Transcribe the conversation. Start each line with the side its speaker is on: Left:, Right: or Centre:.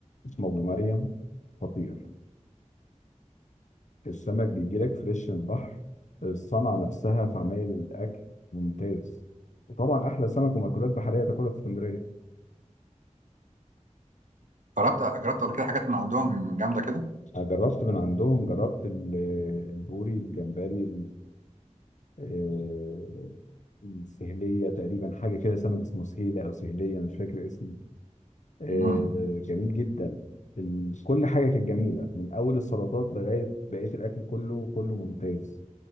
Left: اسمه ابو مريم خطير السمك بيجي لك فريش من البحر الصنعه نفسها في عمايل الاكل ممتاز وطبعا احلى سمك ومأكولات بحريه تاكلها في اسكندريه
Right: جربت جربت قبل كده حاجات من عندهم جامده كده
Left: أنا جربت من عندهم جربت ال- البوري الجمبري آه، سهلية تقريبا حاجة كده سمك اسمه سهيلة أو سهلية مش فاكر اسمه آه،
Right: امم
Left: آه، جميل جدا ال- كل حاجة كانت جميلة من أول السلطات لغاية بقية الأكل كله كله ممتاز